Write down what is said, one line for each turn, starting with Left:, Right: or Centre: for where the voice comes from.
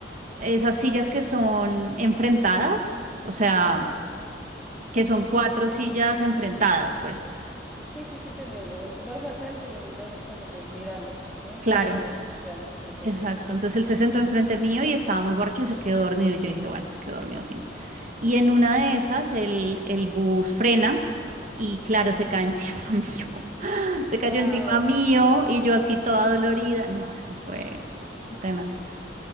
Right: esas sillas que son enfrentadas? O sea,
Centre: Ok.
Right: que son cuatro sillas enfrentadas, pues.
Centre: Sí, sí, sí, te entiendo. Dos al frente y dos como que mirándose, ¿no?
Right: Claro,
Centre: Cuatro personas mirándose. Ok.
Right: exacto. Entonces él se sentó enfrente mío y estaba muy borracho y se quedó dormido. Y yo dije, bueno, se quedó dormido, fin. Y en una de esas, el, el bus frena y, claro, se cae encima <laughs> mío. Se cayó
Centre: Wow.
Right: encima mío y yo así toda dolorida. No, eso fue tenaz.